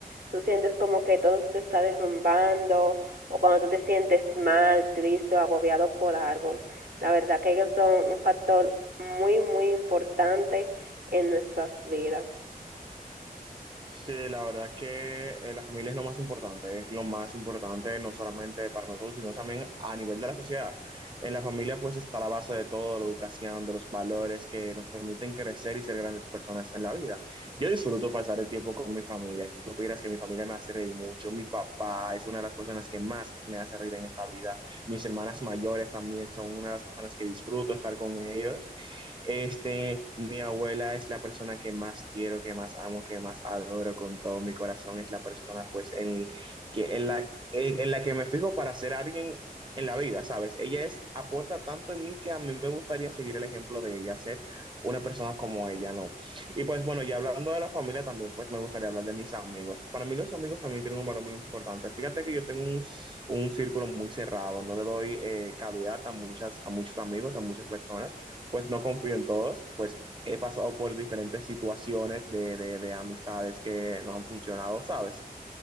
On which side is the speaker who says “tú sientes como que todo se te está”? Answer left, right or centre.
Right